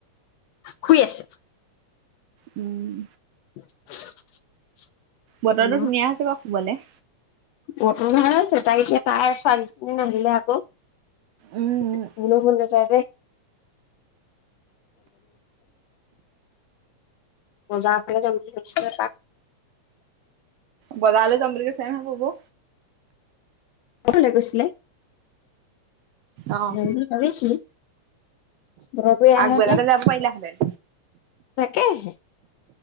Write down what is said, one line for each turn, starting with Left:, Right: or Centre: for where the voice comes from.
Left: শুই আছে
Right: উম
Left: <unintelligible>
Right: বতৰটো
Left: উম
Right: ধুনীয়া হৈছে বাৰু শুবলে
Left: বতৰ ভাল আছে তাক এতিয়া তাই চো ন নাহিলে আকৌ
Right: উম
Left: শুবলো মন নাযায় বজা ফালে যাম বুলি ভাবিছোঁ এপাক
Right: বজালো যাম বুলি কৈছে নহয় সৰু বৌ
Left: অকলে গৈছিলে।
Right: অ'
Left: যাম বুলি ভাবিছিলো দুপৰীয়া লাহে
Right: আগবেলাতে
Left: কে
Right: যাব পাৰিলাহেঁতেন।
Left: তাকে হে।